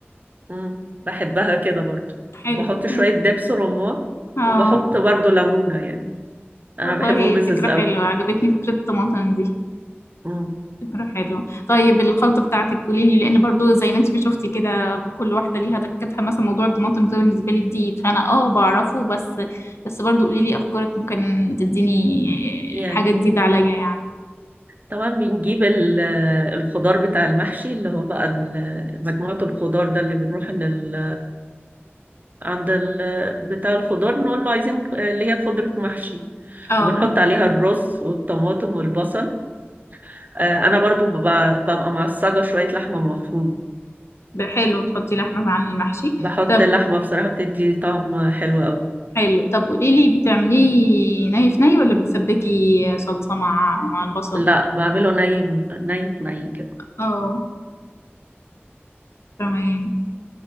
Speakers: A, on the right (about 40°); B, on the left (about 85°).
A: مم. بحبها كده برضو
B: حلو
A: بحط شويه
B: حلو.
A: دبس رمان
B: اه
A: وبحط برضو ليمونه يعني انا
B: والله
A: بحبه مزز
B: فكرة
A: قوي
B: حلوة عجبتني فكرة الطماطم دي
A: مم.
B: فكرة حلوة طيب الخلطة بتاعتك قولي لي لأن برضو زي ما انت ما شفتي كده كل واحدة ليها تكتها مثلا موضوع الطماطم ده بالنسبة لي جديد فأنا اه بعرفه بس بس برضو قولي لي أفكارك ممكن تديني
A: يعني
B: حاجة جديدة عليا يعني
A: طبعا بنجيب ال- الخضار بتاع المحشي اللي هو بقى ال- مجموعه الخضار ده اللي بنروح لل عند ال... بتاع الخضار نقول له عايزين آه، اللي هي خضرة محشي
B: اه
A: وبنحط عليها الرز والطماطم والبصل آه، انا برضو ببقى, ببقى معصجة شوية لحمة مفرومة
B: ب- حلو بتحطي لحمة عن المحشي
A: بحط
B: طب
A: اللحمة بصراحة بتدي طعم حلو قوي
B: حلو طب قولي لي بتعمليه ني في ني ولا بتسبكي صلصة مع مع البصل
A: لا بعمله ني من- ني ني كده
B: اه تمام